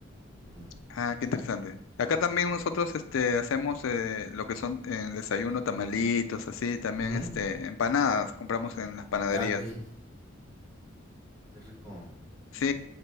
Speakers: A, on the right (about 20°); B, on the left (about 80°).
A: Ujú.
B: Ah, qué interesante. Acá también nosotros este, hacemos eh, lo que son en el desayuno, tamalitos, así, también
A: Ujú.
B: este, empanadas, compramos en las panaderías.
A: Ah, qué, qué rico.
B: Sí,